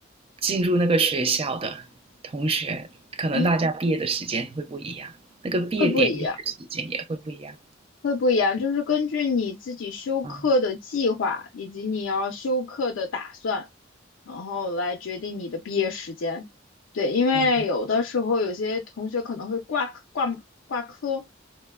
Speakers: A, on the right (about 30°); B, on the left (about 75°).
A: 进入那个学校的同学，可能大家毕业的时间会不一样，
B: 嗯，
A: 那个毕业典礼的时间也会不一样。
B: 会不一样，会不一样，就是根据你自己修课的计划以及你要修课的打算。
A: 啊，
B: 然后来决定你的毕业时间。对，因为有的时候有些同学可能会挂科挂挂科，
A: 哦，